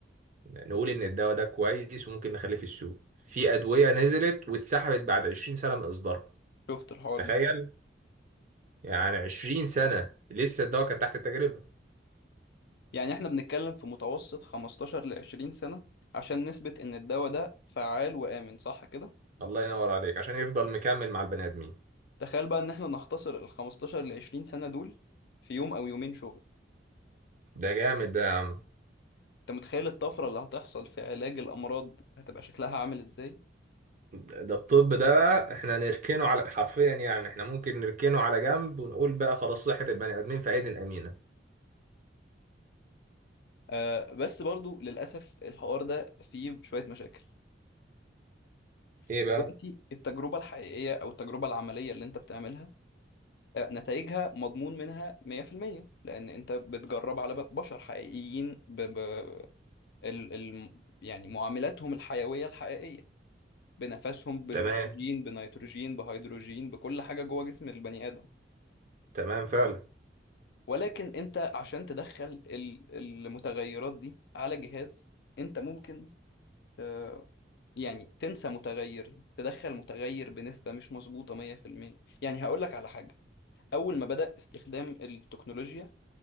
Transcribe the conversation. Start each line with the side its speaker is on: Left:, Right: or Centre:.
Right: ن- نقول ان الدواء ده كويس وممكن نخليه في السوق في ادويه نزلت واتسحبت بعد 20 سنه من اصدارها
Left: شفت الحوار
Right: تخيل
Left: ده
Right: يعني 20 سنه لسه الدواء كان تحت التجربه
Left: يعني احنا بنتكلم في متوسط 15 ل 20 سنة عشان نثبت ان الدواء ده فعال وآمن صح كده
Right: الله ينور عليك عشان يفضل مكمل مع البني ادمين
Left: تخيل بقى ان احنا نختصر ال 15 ل 20 سنة دول في يوم او يومين شغل
Right: ده جامد ده يا عم
Left: انت متخيل الطفرة اللي هتحصل في علاج الامراض هتبقى شكلها عامل ازاي
Right: ده الطب ده بقى احنا نركنه على حرفيا يعني احنا ممكن نركنه على جنب ونقول بقى خلاص صحة البني آدمين في أيدي الأمينة
Left: آه بس برضو للاسف الحوار ده فيه شوية مشاكل
Right: ايه
Left: دلوقتي
Right: بقى
Left: التجربة الحقيقية او التجربة العملية اللي انت بتعملها آه، نتائجها مضمون منها 100% لان انت بتجرب على ب- بشر حقيقيين ب... ب... ال ال يعني معاملاتهم الحيوية الحقيقية بنفسهم بالأكسجين
Right: تمام
Left: بنيتروجين بهيدروجين بكل حاجة جوه جسم البني آدم
Right: تمام فعلا
Left: ولكن أنت عشان تدخل ال- المتغيرات دي على جهاز أنت ممكن آه، يعني تنسى متغير تدخل متغير بنسبة مش مظبوطة 100% يعني هقول لك على حاجة أول ما بدأ استخدام التكنولوجيا